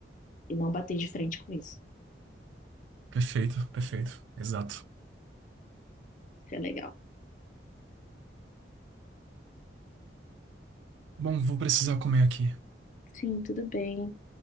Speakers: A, on the left; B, on the right.
A: e não bater de frente com isso.
B: perfeito, perfeito, exato.
A: Isso é legal.
B: Bom, vou precisar comer aqui.
A: Sim, tudo bem.